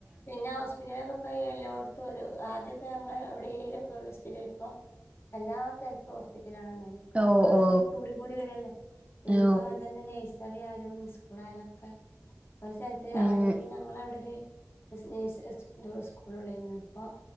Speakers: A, on the left; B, on the right.
A: പിന്നെ ഹോസ്പിറ്റലൊക്കെ പോ എല്ലോടത്തും ഒരു ആദ്യ നമ്മ എവിടെലുക്കെ ഹോസ്പി റ്റൽ ഇപ്പ എല്ലാ സ്ഥലത്തും ഹോസ്പിറ്റ ത്തിലാണല്ലോ അതിനൊക്കെ
B: ഓ
A: ആൾക്കാർ
B: ഓ
A: കൂടി കൂടി വരല്ലേ. ഇനിയിപ്പ
B: ഓ
A: അത തന്നെ നെഴ്സറിയാലും സ്കൂളായാലൊക്കെ ഒരു സ്ഥലത്ത്
B: ഉം
A: ആദ്യൊക്കെ ഞങ്ങളവിടെ ഒരു <unintelligible> സ്കൂളാരുന്നു. അപ്പൊ